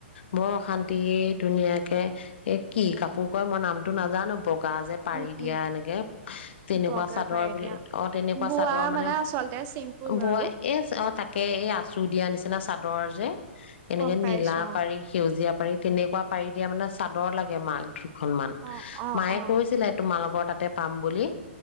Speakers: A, on the left; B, on the right.
A: বৰ অশান্তি এ ধুনীয়াকে এ কি কাপোৰ কয় মই নামটো নাজানো বক বগা যে পাৰি
B: উম,
A: দিয়া
B: উম,
A: এনেকে তেনেকুৱা
B: বগা
A: চাদৰ
B: পাৰি
A: বিলাক
B: দিয়া।
A: অ তেনেকুৱা
B: বোৱা
A: চাদৰ মানে
B: আচলতে চিম্পুল
A: অ বয়
B: আৰু
A: এ অ তাকে এই আচু দিয়া নিচিনা। নিচিনা চাদৰ যে এনেকে
B: গম পাইছো
A: নীলা ৰঙা
B: অ'।
A: পাৰি সেউজীয়া পাৰি তেনেকুৱা পাৰি দিয়া মানে চাদৰ লাগে মাল দুখনমান
B: অ', অ',
A: মায়ে
B: অ',
A: কৈছিলে তোমালোকৰ তাত তে পাম বুলি